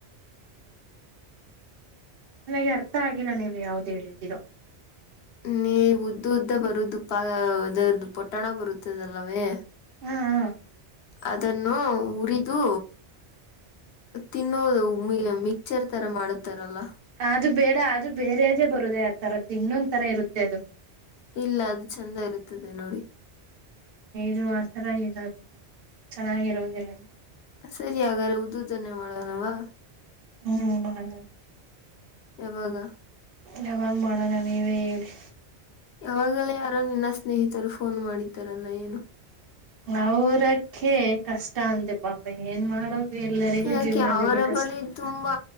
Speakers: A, on the right; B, on the left.
A: ನನಗೆ ಅರ್ಥ ಆಗಿಲ್ಲ ನೀವು್ ಯಾವ್ದು ಹೇಳಿದ್ದೀರೋ
B: ನೀ ಉದ್ದ ಉದ್ದ ಬರುದು ಪಾ ಅದರದ್ದು ಪೊಟ್ಟಣ ಬರುತ್ತದಲ್ಲವೇ
A: ಹಾ ಹಾ
B: ಅದನ್ನು ಉರಿದು ತಿನ್ನೋದು ಮಿಕ್ಚರ್ ತರ ಮಾಡುತ್ತಾರಲ್ಲ
A: ಅದು ಬೇಡ ಅದು ಬೇರೆ ಅದೇ ಬರುದ ಆ ತರದ್ದು ಇನ್ನೊಂದ ತರ ಇರುತ್ತೆ ಅದು
B: ಇಲ್ಲ ಅದು ಚಂದ ಇರುತ್ತದೆ ನೋಡಿ
A: ದು ಮಾತ್ರರ ಇರೋದಿಲ್ಲ ಚೆನ್ನಾಗಿರುೋದಿಲ್ಲ
B: ಸರಿ ಹಾಗಾದ್ರೆ ಉದುದನ್ನೇ ಮಾಡುವನವಾ
A: ಹ್ಮ ಮಾಡೋಣ
B: ಯಾವಾಗ
A: ಯಾವಂಗ್ ಮಾಡೋಣ ನೀವೇ ಹೇಳಿ
B: ಯಾವಾಗಲೇ ಯಾರೋ ನಿನ್ನ ಸ್ನೇಹಿತರು ಫೋನ್ ಮಾಡಿದ್ದಾರಲ್ಲ ಏನು
A: ಅವರಕ್ಕೆ ಕಷ್ಟ ಅಂತೆೆ ಪಾಪ ಏನ್ ಮಾಡೋದು ಎಲ್ಲರಿಗೂ
B: ಯಾಕೆ
A: ಜೀವನದಲ್ಲಿ
B: ಅವರ
A: ಕಷ್ಟ
B: ಬಳಿ ತುಂಬಾ